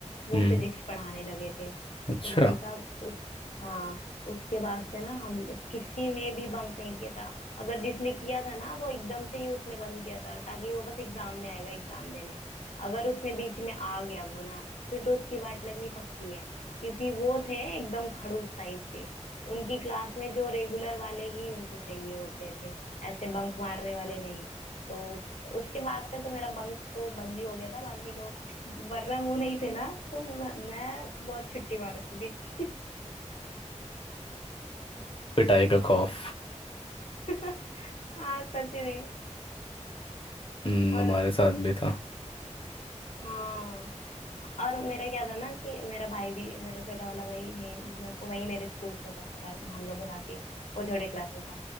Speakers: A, on the left; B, on the left.
A: वो
B: हम्म
A: फिजिक्स पढ़ाने लगे थे तो
B: अच्छा
A: भाई साहब उस हाँ उसके बाद से ना हम लोग किसी ने भी बंक नहीं किया था अगर जिसने किया था ना वो एकदम से ही उसने बंद किया था ताकि वो बस एग्जाम में आएगा एग्जाम देने अगर उसने बीच में आ गया वो ना फिर तो उसकी वाट लगनी पक्की है क्योंकि वो थे एकदम खड़ूस टाइप के उनकी क्लास में जो रेगुलर वाले ही उनको चाहिए होते थे ऐसे बंक मारने वाले नहीं तो उसके बाद से तो मेरा बंक तो बंद ही हो गया था बाकी तो वरना वो नहीं थे ना तो मैं मैं बहुत छुट्टी मारती थी
B: पिटाई का खौफ
A: <laughs> हाँ सच में
B: हम्म
A: और
B: हमारे साथ भी था
A: हाँ और मेरा क्या था ना कि मेरा भाई भी मेरा छोटा वाला भाई यही वही मेरे स्कूल में पढ़ता था हम लोग के साथ ही वो छोटे क्लास में था